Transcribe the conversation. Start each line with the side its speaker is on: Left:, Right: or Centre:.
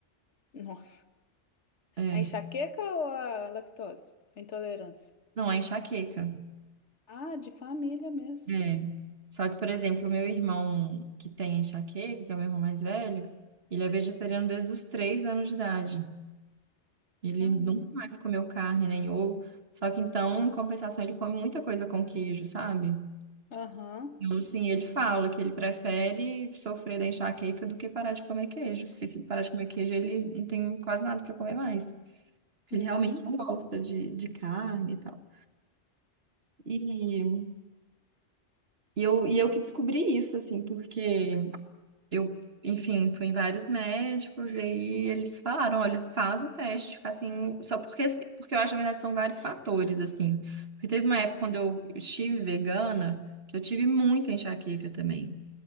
Left: nossa.
Right: É.
Left: A enxaqueca ou a lactose? A intolerância.
Right: Não, é enxaqueca.
Left: Ah, de família mesmo.
Right: É. Só que, por exemplo, o meu irmão que tem enxaqueca, que é o meu irmão mais velho, ele é vegetariano desde os três anos de idade. Ele
Left: Caramba.
Right: nunca mais comeu carne nem ovo. Só que então, em compensação, ele come muita coisa com queijo, sabe?
Left: Aham.
Right: Então, Sim, ele fala que ele prefere sofrer da enxaqueca do que parar de comer queijo, porque se ele parar de comer queijo, ele não tem quase nada para comer mais.
Left: Uhum.
Right: Ele realmente não gosta de, de carne e tal. E, e eu, e eu que descobri isso, assim, porque eu, enfim, fui em vários médicos, e aí eles falaram, olha, faz o teste de ficar assim, só porque, porque eu acho, na verdade, são vários fatores, assim. Porque teve uma época quando eu estive vegana, que eu tive muita enxaqueca também.